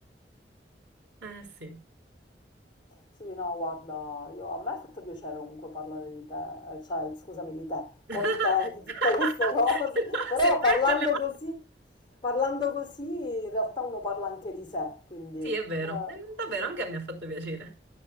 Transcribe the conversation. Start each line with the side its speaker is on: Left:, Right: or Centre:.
Right: Eh sì.
Left: Sì, no, guarda, io, a me ha fatto piacere comunque parlare di te, eh, cioè scusami di te,
Right: <laughs>
Left: con te, di tutte queste cose, però
Right: Se vuoi
Left: parlando
Right: parliamo...
Left: così, parlando così in realtà uno parla anche di sé, quindi...
Right: Sì, è vero.
Left: eh.
Right: Eh, Davvero, anche a me ha fatto piacere.